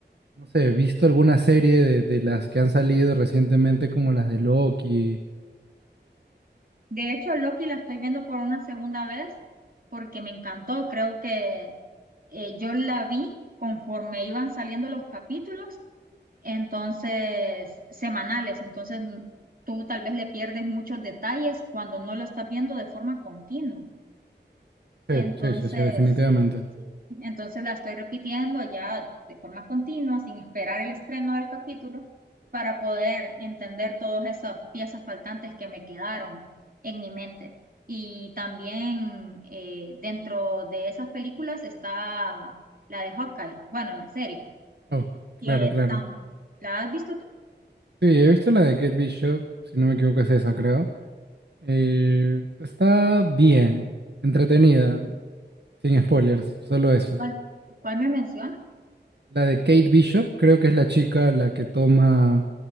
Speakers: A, on the right (about 65°); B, on the right (about 50°).
A: no sé, visto alguna serie de, de las que han salido recientemente como las de Loki?
B: de hecho, Loki la estoy viendo por una segunda vez porque me encantó, creo que eh, yo la vi conforme iban saliendo los capítulos, entonces semanales, entonces tú tal vez le pierdes muchos detalles cuando no la estás viendo de forma continua.
A: Sí,
B: Entonces,
A: sí, sí, sí, definitivamente.
B: sí, entonces la estoy repitiendo ya de forma continua, sin esperar el estreno del capítulo, para poder entender todas esas piezas faltantes que me quedaron en mi mente. Y también eh, dentro de esas películas está la de Hawkeye, bueno, la serie,
A: Oh, claro,
B: que
A: claro.
B: tam- ¿la has visto tú?
A: Sí, he visto la de Kate Bishop, si no me equivoco es esa, creo. Eh, está bien, entretenida, sin spoilers, solo eso.
B: ¿Cuál, cuál me menciona?
A: La de Kate Bishop, creo que es la chica la que toma,